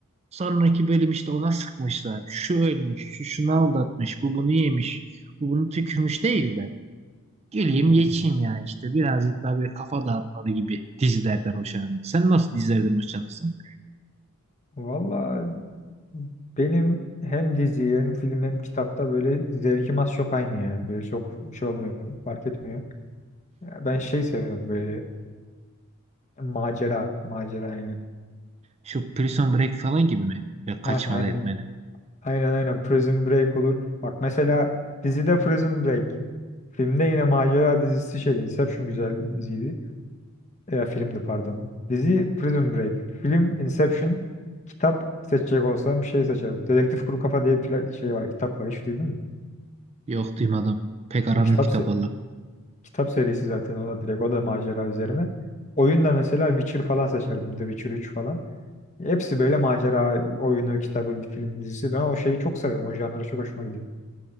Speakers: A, on the right; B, on the left.
A: Sonraki bölüm işte ona sıkmışlar. Şu ölmüş, şu şunu aldatmış, bu bunu yemiş, bu bunu tükürmüş değil de. Geleyim
B: Hmm.
A: geçeyim yani işte birazcık daha böyle kafa dağıtmalı gibi dizilerden hoşlanıyorum. Sen nasıl dizilerden hoşlanırsın?
B: Vallahi Benim hem dizi hem film hem kitapta böyle zevkim az çok aynı ya. Böyle çok şey olmuyor, fark etmiyor. Ya Ben şey seviyorum böyle macera, macera aynen.
A: Şu Prison Break falan gibi mi? Ya kaçmalı
B: Heh, aynen.
A: etmeli.
B: Aynen aynen Prison Break olur. Bak mesela dizide Prison Break. Filmde yine macera dizisi şey Inception güzel diziydi. Ya filmdi pardon. Dizi Prison Break. Film Inception. Kitap seçecek olsam şey seçerim. Dedektif Kuru Kafa diye bir pla- şey var, kitap var. Hiç duydun mu?
A: Yok duymadım. Pek aram
B: O kitap
A: yok kitap
B: se-
A: valla.
B: Kitap serisi zaten o da direkt o da macera üzerine. Oyunda mesela Witcher falan seçerdim. The Witcher 3 falan. Hepsi böyle macera oyunu, kitabı, film dizisi. Ben o şeyi çok seviyorum. O janra çok hoşuma gidiyor.